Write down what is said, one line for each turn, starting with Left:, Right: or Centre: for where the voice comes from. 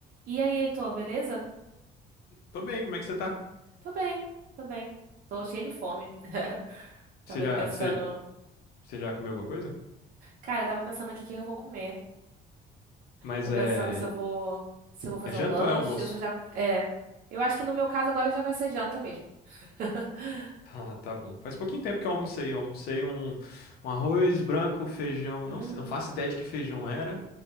Right: E aí, Heitor, beleza?
Left: Tô bem, como é que você tá?
Right: Tô bem, tô bem. Tô cheia de fome. <laughs> Tava
Left: Você já,
Right: aqui pensando.
Left: você, você já comeu alguma coisa?
Right: Cara, eu tava pensando aqui o que eu vou comer.
Left: Mas
Right: Tô
Left: é,
Right: pensando se eu vou. Se eu vou fazer
Left: é janta
Right: um lanche,
Left: ou é almoço?
Right: se eu já.
Left: <laughs>
Right: É. Eu acho que no meu caso agora já vai ser janta mesmo. <laughs>
Left: Tá, tá bom. Faz pouquinho tempo que eu almocei. Eu almocei um, um arroz branco, feijão.
Right: Hum,
Left: Não, sei- não faço ideia de que feijão era,